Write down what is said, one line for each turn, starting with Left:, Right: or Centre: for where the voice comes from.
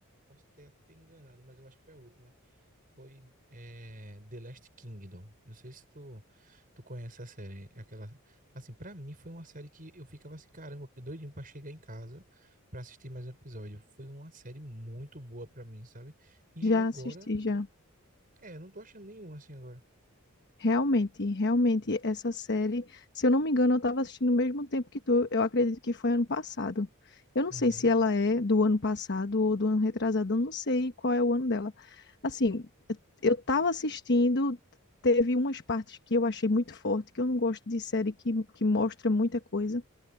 Right: posso ter até enganado, mas eu acho que foi a última. Foi é, The Last Kingdom. Não sei se tu, tu conhece a série. É Aquela, assim, pra mim foi uma série que eu ficava assim, caramba, que doidinho pra chegar em casa pra assistir mais um episódio. Foi uma série muito boa pra mim, sabe? E
Left: já
Right: agora,
Left: assisti já.
Right: é, eu não tô achando nenhum assim agora.
Left: Realmente, realmente essa série, se eu não me engano, eu estava assistindo no mesmo tempo que tu. Eu acredito que foi ano passado. Eu não
Right: Uhum.
Left: sei se ela é do ano passado ou do ano retrasado, eu não sei qual é o ano dela. Assim, eu tava assistindo, teve umas partes que eu achei muito forte, que eu não gosto de série que, que mostra muita coisa.